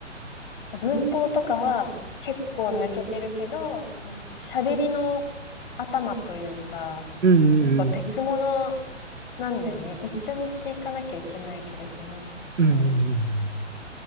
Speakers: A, on the left; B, on the right.
A: 文法とかは結構抜けてるけど、その、喋りの頭というか、
B: うんうん
A: やっぱ別物なんだよね。一緒にしていかなきゃいけないけれども、
B: うんうんうん。
A: その、
B: うんうん